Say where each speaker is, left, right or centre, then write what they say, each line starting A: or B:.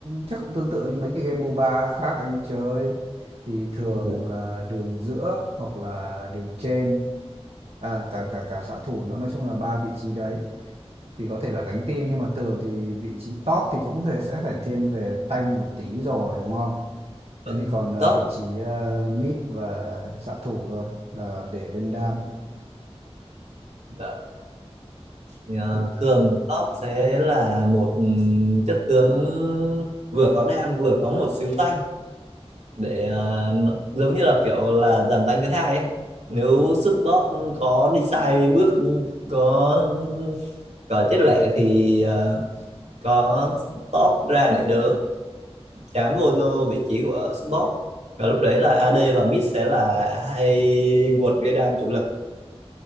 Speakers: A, on the right; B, on the right.
A: chắc cũng tương tự như mấy cái game MOBA khác anh chơi thì thường
B: dạ,
A: là đường giữa hoặc là đường trên à, cả cả cả xạ thủ nữa nói chung là ba vị trí đấy thì có thể là gánh team nhưng mà thường thì vị trí top thì cũng sẽ sẽ phải thiên về tanh một tí rồi đúng không?
B: ừ,
A: Thế thì còn ờ,
B: top
A: vị trí ờ, mid và xạ thủ rồi là để lên đam
B: dạ. Thì, ờ,
A: kiểu
B: thường top sẽ là một ừ, chất tướng vừa có đam vừa có một xíu tanh để ờ, nó- giống như là kiểu là dàn tanh thứ hai ấy nếu support có đi sai bước có có chết lẹ thì à, có top ra để đỡ chám vô vị trí của support và lúc đấy là AD và mid sẽ là hai nguồn gây đam chủ lực